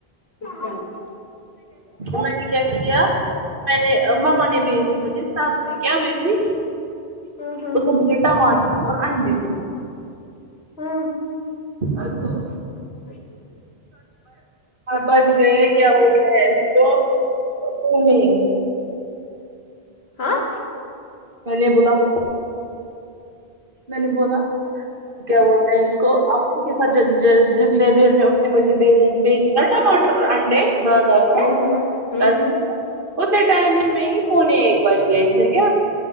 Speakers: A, on the left; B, on the right.
A: <inaudible>
B: ان نے کیا کیا میں نے مما نے بھیجی مجھے سبزی کیا بھیجی
A: ہوں ہوں
B: اس بھیجے ٹماٹر اور انڈے
A: ہاں
B: ا توم
A: اچ
B: بچ
A: ٹھیک
B: گئے
A: ج نگ
B: کیا
A: گ
B: بولتے ہیں اس کو پونے
A: ہاں
B: میں بولا میں نے بولا کیا بولتے ہیں اس کو کے ساتھ جتنے دیر میں اتنے بجے بھیجی نا ٹماٹر انڈے بازار سے
A: ہوں ہوں ہوں
B: اتنے ٹائم ہی میں ہی پونے ایک بج گئے تھے کیا